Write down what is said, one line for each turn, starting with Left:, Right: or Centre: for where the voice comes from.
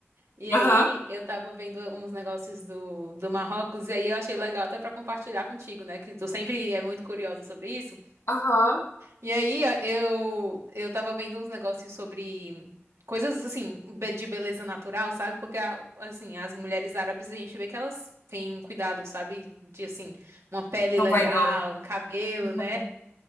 Right: E
Left: Aham,
Right: aí eu tava vendo uns negócios do, do Marrocos, e aí eu achei legal até pra compartilhar contigo, né? Que tu sempre é muito curiosa sobre isso.
Left: aham.
Right: E aí, ó, eu, eu tava vendo uns negócios sobre coisas, assim, be- de beleza natural, sabe? Porque, a- assim, as mulheres árabes, a gente vê que elas têm um cuidado, sabe? De, assim, uma pele
Left: Não
Right: legal,
Left: vai não.
Right: um cabelo,
Left: Aham.
Right: né?